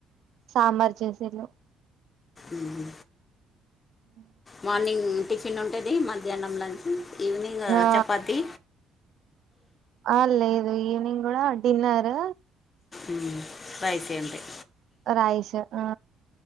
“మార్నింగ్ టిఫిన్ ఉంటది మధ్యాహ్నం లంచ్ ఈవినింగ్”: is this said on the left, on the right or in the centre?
Left